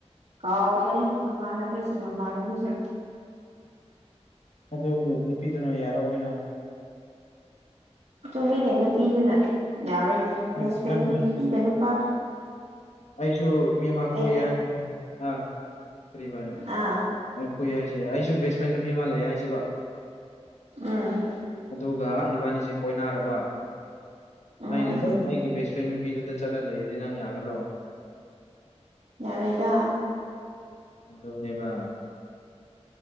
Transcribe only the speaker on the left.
ꯑꯗꯨꯕꯨ ꯅꯨꯄꯤꯗꯨꯅ ꯌꯥꯔꯛꯑꯣꯏꯅ
ꯅꯪ
ꯍꯧꯖꯤꯛ
ꯑꯩꯁꯨ ꯃꯦꯝꯃꯥ ꯀꯣꯏꯌꯦ
ꯑꯥ ꯀꯔꯤꯕ
ꯀꯨꯏ ꯍꯥꯏꯁꯦ ꯑꯩꯁꯨ ꯕꯦꯁ ꯐ꯭ꯔꯦꯟ ꯅꯨꯄꯤ ꯑꯃ ꯂꯩ ꯍꯥꯏꯁꯦꯕ
ꯑꯗꯨꯒ ꯏꯕꯥꯅꯤꯁꯦ ꯀꯣꯏꯅꯥꯔꯕ
ꯑꯩꯅ ꯑꯗꯨꯝ ꯑꯩꯒꯤ ꯕꯦꯁ ꯐ꯭ꯔꯦꯟ ꯅꯨꯄꯤ ꯅꯨꯄꯤꯗꯨꯗ ꯆꯠꯂ ꯂꯩꯔꯗꯤ ꯅꯪ ꯌꯥꯒ꯭ꯗꯔꯣ
ꯑꯗꯨꯅꯦꯕ